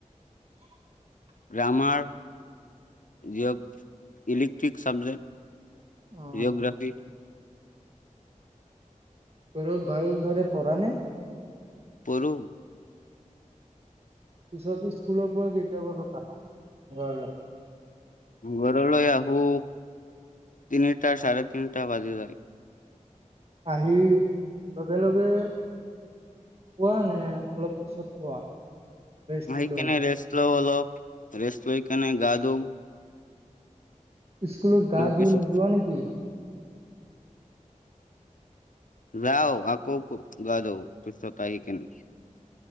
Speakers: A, on the right; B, on the left.
A: <unintelligible>
B: গ্ৰামাৰ <unintelligible> ইলেক্ট্ৰিক চাবজেক্ট
A: অ
B: জঅ'গ্ৰাফি
A: ঘৰত ভাল দৰে পঢ়া নে?
B: পঢ়ো।
A: পিছত স্কুলৰ পৰা কেইটা বজাত আহা ঘৰলৈ?
B: ঘৰলৈ আহো তিনিটা, চাৰে তিনিটা বাজি যায়।
A: আহি লগে লগে খোৱা নে, অলপ পিছত খোৱা? ৰেষ্ট
B: আহি
A: লৈ
B: কেনে ৰেষ্ট লও অলপ। ৰেষ্ট লৈ কেনে গা ধু।
A: ইস্কুলত গা ধুই
B: পিছত
A: নোযোৱা নেকি?
B: যাওঁ, আকৌ ক গা ধু পিছত। তাই <unintelligible>